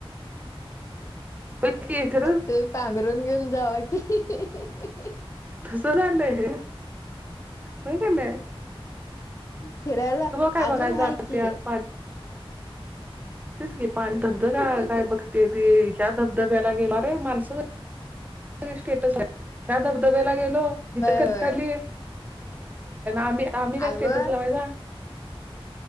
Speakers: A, on the right (about 15°); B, on the left (about 30°).
A: होय की खरं
B: त <unintelligible> पांघरून घेऊन जावा की.
A: तस झालंय वय कानी.
B: फिरायला
A: काय बघाय
B: अजून
A: जात्यात
B: आहे की.
A: सध्या काय धबधबा
B: होय
A: काय बघते रे या धबधब्याला गेली माणसं. स्टेटस आहे. ह्या धबधब्याला गेलो इथं कच
B: होय
A: काढली. आम्ही आम्ही काय
B: अगं
A: स्टेटस लावायचा.